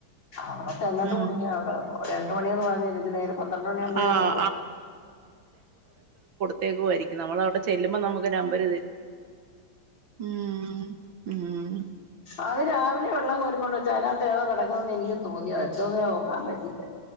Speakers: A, on the left; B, on the right.
A: അ <unintelligible> തല്ലാണ്ട്
B: ഉം
A: കുടിങ്ങിയ അവിടെ രണ്ട് മണിന്ന് പറഞ്ഞിലെങ്കി നേരെ പന്ത്രണ്ട് മണിയാവുമ്പോഴേ
B: ആഹ്
A: പോവ
B: തേകുവായിരിക്കും നമ്മള് അവിടെ ചെല്ലുമ്പോ നമുക്ക് നമ്പര് തരും ഉം ഉം
A: അത് രാവിലെ വെള്ളം കോരിക്കൊണ്ടെച്ച് അതിനത്ത് ഏതോ കിടക്കുന്നന്ന് എനിക്ക് തോന്നിയതാ എന്തോന്ന നോക്കാൻ പറ്റീല്ല